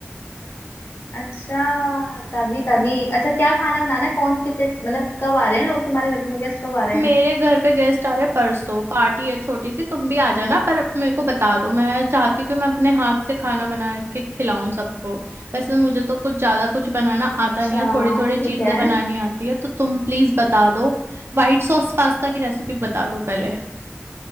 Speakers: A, on the left; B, on the right.
A: अच्छा तभी तभी अच्छा क्या खाना बनाना है कौन कितने मतलब कब आ रहे हैं लोग तुम्हारे घर में गेस्ट कब आ रहे
B: मेरे
A: हैं
B: घर पे गेस्ट आ रहे परसों पार्टी है छोटी सी तुम भी आ जाना पर अप- मेरे को बता दो मैं चाहती हूँ कि मैं अपने हाथ से खाना बना के खिलाऊं सबको वैसे मुझे तो कुछ ज्यादा कुछ बनाना
A: अच्छा
B: आता नहीं है थोड़ी थोड़ी चीजें
A: ठीक है
B: बनानी आती है तो तुम प्लीज बता दो व्हाइट सॉस पास्ता की रेसिपी बता दो पहले